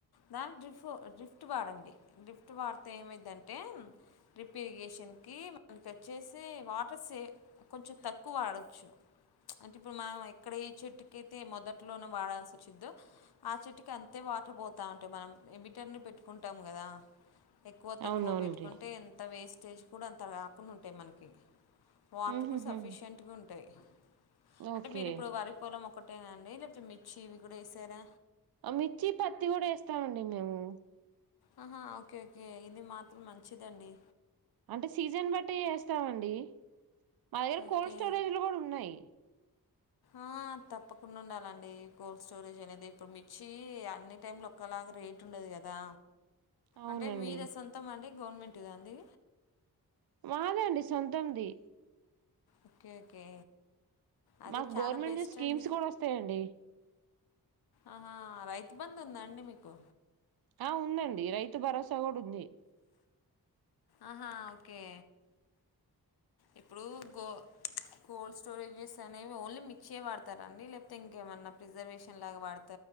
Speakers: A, on the left; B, on the right.
A: దానికి డ్రిప్ డ్రిఫ్ట్ వాడండి డ్రిఫ్ట్ వాడితే ఏమైద్దిఅన్ అే డ్రిప్ ఇరిగేషన్ కి మన వచ్చేసి వాటర్ సే కొంచెం తక్కువ పడచ్చు అంటే ఇప్పుడు మనం ఎక్కడ ఏ చెట్టుకి అయితే మొదట్లోన వాడాల్సి వచ్చిద్దో ఆ చెట్టుకి అంతే వాటర్ పోతా ఉంటే మనం ఎ మీటర్ ని పెట్టుకుంటాం కదా ఎక్కువ
B: అవునవునండి
A: తక్కువ పెట్టుకుంటే ఎంత వేస్టేజ్ కూడా అంత కాకుండా ఉంటాయి మనకి వాటర్
B: ఊహుహు
A: కూడా సఫిషియెంట్గా ఉంటాయి అంటే
B: ఓకే
A: మీరు ఇప్పుడు వరి పొలం ఒక్క ఒకటేనా అండి లేకపోతే మిర్చి ఇవి కూడా వేసారా.
B: మిర్చి పత్తి కూడా వేస్తామండి మేము.
A: ఆహా ఓకే ఓకే ఇది మాత్రం మంచిదండి.
B: అంటే సీజన్ బట్టి వేస్తామండి. మా దగ్గర
A: ఓకే
B: కోల్డ్ స్టోరేజ్ లో కూడా ఉన్నాయి.
A: ఆ తప్పకుండా ఉండాలండి కోల్డ్ స్టోరేజ్ అనేది ఇప్పుడు మిర్ి అన్ని టైంలు ఒక్కలాగా రే. ట్ండదు కదా
B: అవునండి
A: అంటే మీర సొంతం అండి గవర్నమెంట్ద అండి.
B: మాదేండి సొంతంది.
A: Okay okay. అది
B: మాకు
A: చాలా
B: గవర్నమెంట్
A: బెస్ట్
B: స్కీమ్స్
A: అండి
B: కూడా వస్తాయండి.
A: ఆహా రైతు బధ్ ఉందా అండి మీకు.
B: ఆ ఉందండి రైతు భరోసా కూడా ఉంది.
A: ఆహా ఓకే ఇప్పుడు గో. కోల్డ్ స్టోరేజెస్ అనేవి ఓన్లీ మిచ్చే వాడతారంండి లేకపోతే ఇంకేమన్నా ప్రిజర్వేషన్ లాగా వాడతా.